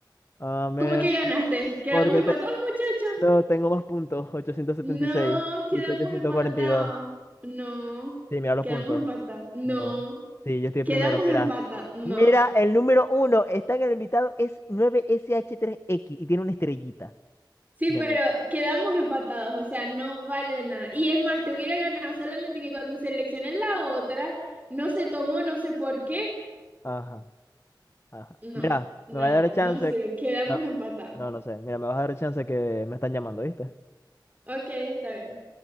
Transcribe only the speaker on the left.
Amén.
Porque
te-
no, tengo más puntos, ochocientos setenta
y seis
y tú 842.
Sí, mira los
puntos.
No. Sí, yo estoy
primero. Mira.
Mira, el número uno está en el invitado, es 9 sh tres x y tiene una estrellita.
Gané.
Ajá, ajá.
Mira,
me va a dar chance.
No,
no no sé. Mira, me vas a dar chance que me están llamando, ¿viste?